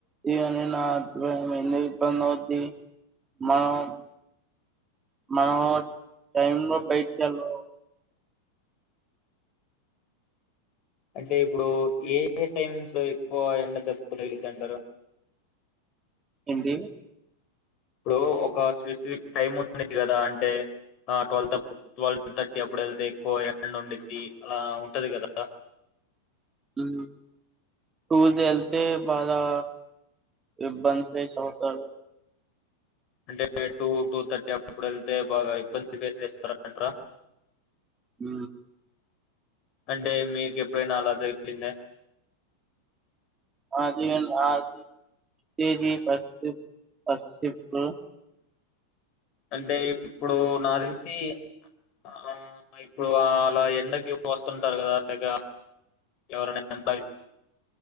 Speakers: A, on the right; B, on the left.
A: ఇగ నిన్న ఎందుకు ఇబ్బంది అవుద్ది మనం మనో టైమ్ లో బయటిలో
B: అంటే ఇప్పుడు ఏ ఏ టైమ్స్ లో ఎక్కువ ఎండ దెబ్బ తగిలిందంటారు
A: ఏంది
B: ఇప్పుడు ఒక స్పెసిఫిక్ టైమ్ ఉండది కదా అంటే ట్వల్ ట్వెల్వ్ థర్టీ అప్పుడు ఇప్పుడు వెళ్తే ఎక్కువ ఎండ వండుద్ది అలా ఉంటది కదా
A: అ టూల్ తేళ్తే బాగా ఇబ్బంది చవుతారు
B: అంటే టూ టూ థర్టీ అప్పుడు వెళ్తే బాగా ఇబ్బంది ఫేస్ చేస్తారు అంటార
A: అ
B: అంటే మీకు ఎప్పుడైనా అలా జరిగిపోయిందా
A: ఆది ఆదిజ పపు
B: అంటే ఇప్పుడు నాకు తెలిసి ఆ ఇప్పుడు అలా ఎండకి వస్తుంటారు కదా తెగ ఎవరనే అంతాయి